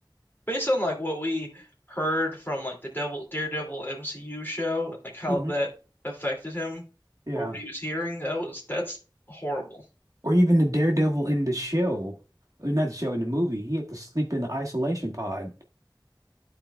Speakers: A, on the left (about 25°); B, on the right (about 40°).
A: based on like what we heard from like the Devil Daredevil MCU show and like how
B: hmm
A: that affected him
B: Yeah,
A: or what he was hearing, that was that's horrible.
B: or even the Daredevil in the show, uh, not the show in the movie. He had to sleep in the isolation pod.